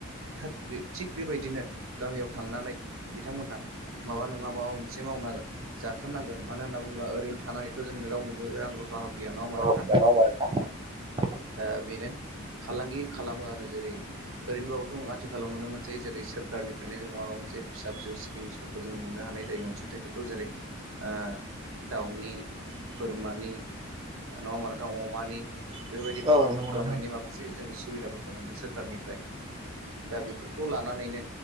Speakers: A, on the right; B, on the right.
A: थोथ थिग बेबायदिनो गामियाव थांनानै बिथांमोनहा माबा नंङा माबा मोनसे मावना जाथारनांगोन, मानो होनना बुंब्ला ओरैनो थानानैथ' जों रावनोबो रां रु फा होफैया न'ङा ओमबा नों
B: <unintelligible>
A: दा बेनो फालांगि खालामो आरो जेरै ओरैनोबोथ' आथिखालाव नुनोमोनसैे जेरै सोरखारनिफ्रायनो जोंङो माबा मोनसे फिसा-फिसौ स्किमसफोरखौ जों मोननो हा होनाय जायो अनसुंथाइफोरखौ जेरै ओ दाउनि बोरमानि नंङा ओमबा नोंथां अमानि बेफोरबायदि
B: औ
A: फार्म
B: नंगौ
A: खालामनायनि
B: नोंथां
A: माखासे जों सुबिदाफोरखौ मोनो सोरखारनिफ्राय दा बेफोरखौ लानानैनो